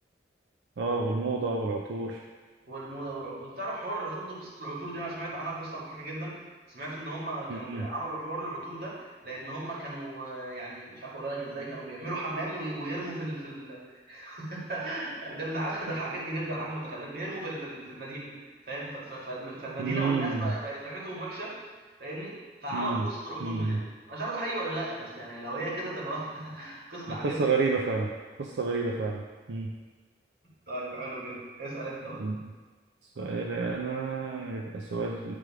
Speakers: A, on the right (about 80°); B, on the right (about 60°).
A: اه والموضه والعطور
B: والموزه والعطور انت تعرف حوار العطور ده قصه العطور دي انا سمعت عنها قصه مضحكه جدا سمعت ان هم كانوا
A: مم.
B: بي- عملوا حوار العطور ده لان هم كانوا آه، يعني مش عارف اقول لك ازاي كانوا بيعملوا حمام وي- ويرموا في ال... في ال... <laughs> يعني كان حاجه ضحكتني جدا حاجه متخلفه بيرموا في ال... في ال- في المدينه فاهم ف... ف... فالم- فالمدينه
A: مم.
B: والناس بقى بقت ريحتهم وحشه فاهمني فعملوا
A: مم.
B: قصه العطور
A: مم.
B: من هنا أنا مش عارف ده حقيقي ولا لا بس يعني لو هي كده تبقى <laughs> قصه ضحكتني
A: قصه غريبه
B: جدا
A: فعلا قصه غريبه فعلا مم.
B: طيب حلو جدا اسال انت بقى
A: مم. سؤال انا يبقى سؤال